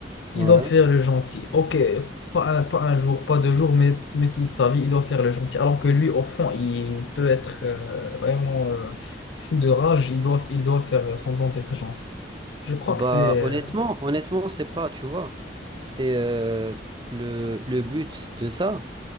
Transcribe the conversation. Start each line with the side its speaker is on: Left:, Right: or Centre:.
Left: Il
Right: Ouais.
Left: doit faire le gentil. Ok, pas un, pas un jour, pas deux jours, mais, mais toute sa vie, il doit faire le gentil. Alors que lui, au fond, il peut être euh, vraiment euh, fou de rage. Il doit, il doit faire semblant d'être gentil. Je crois
Right: Bah
Left: que c'est...
Right: honnêtement,
Left: euh,
Right: honnêtement, c'est pas, tu vois, c'est euh, le, le but de ça.